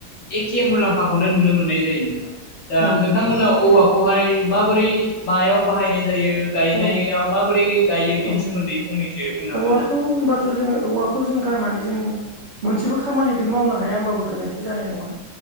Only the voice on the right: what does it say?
औ
औ
औ
औवाखौ
होनबाथ' जोङो औवा खौ जों गारनानै जों मोनसेबो खामानिखौनो मावनो हाया होनबाबो गोरोन्थि जानाय नङा